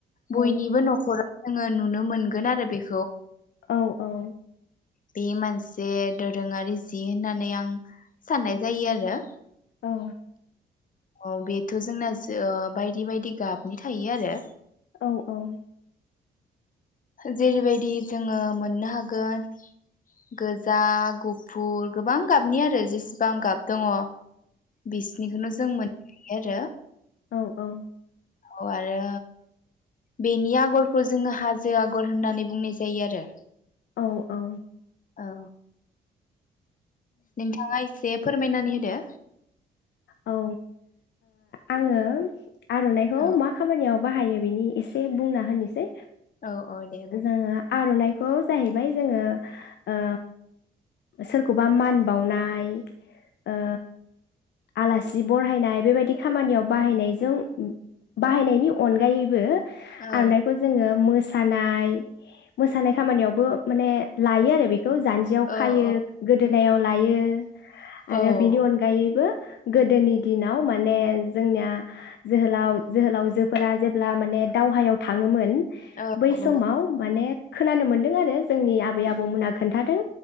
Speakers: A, on the left; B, on the left.
A: बयनिबो
B: औ
A: नखरा जोङो नुनो मोनगोन आरो बे
B: औ-औ
A: बे मोनसे दोरोङारि जि होननानै आं साननाय जायोआरो
B: औ
A: अ बेथ' जोंना जो‌ ओ बायदि बायदि गाबनि थायो आरो
B: औ औ
A: जेरैबायदि जोङो मोननो हागोन गोजा, गुफुर गोबां गाबनिआरो जेसे गां गाब दंङ बिसिनिखौनो जों मोन <unintelligible>
B: औ औ
A: औ आरो बेनि आगरखौ जोङो हाजो आगर होननानै बुंनाय जायोआरो
B: औ औ।
A: औ नोंथाङा एसे फोरमायनानै होदो
B: औ ओ आङो आरनाइखौ
A: औ
B: मा खामानियाव बाहायो बेनि एसे बुंना होनोसै
A: औ औ दे बुं
B: जोंङो आरनाइ ख खौ जाहैबाय जोङो ओ सोरखौबा मान बावनाय ओ आलासि बरहायनाय बेबायदि खामानियाव बाहायनायजों बाहायनायनि अनगायैबो
A: औ
B: आरनायइखौ जोङो मोस थानाय मोसानाय खामानियावबो माने लायो आरो बे खौ जान्जियाव
A: औ
B: खायो
A: औ
B: गोदो नायाव लायो। आरो
A: औ
B: बिनि अनगायैबो गोदोनि दिनाव माने जोंनिया जोहोलाव जोहोलावजोफोरा जेब्ला माने दावहायाव थांङोमोन
A: औ
B: बैसमाव
A: औ
B: माने। खोनानो मोन्दों आरो जोंनि आबै आबौमोनहा खोन्थादों।